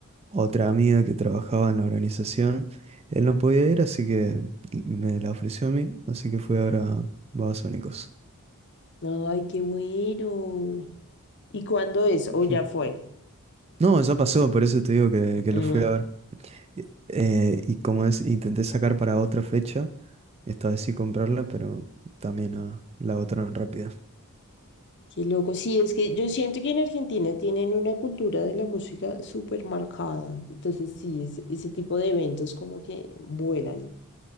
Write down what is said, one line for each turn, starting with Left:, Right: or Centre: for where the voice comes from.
Right: otra amiga que trabajaba en la organización. Él no podía ir, así que me la ofreció a mí. Así que fui ahora a Babasónicos.
Left: Ay, qué bueno. ¿Y cuándo es?
Right: <laughs>
Left: ¿O ya fue?
Right: No, ya pasó, por eso te digo que,
Left: Mm,
Right: que lo fui a ver. Y Eh, y como es, intenté sacar para otra fecha. Esta vez sí comprarla, pero también ah, la agotaron rápido.
Left: qué loco. Sí, es que yo siento que en Argentina tienen una cultura de la música súper marcada. Entonces, sí, es- ese tipo de eventos como que vuelan.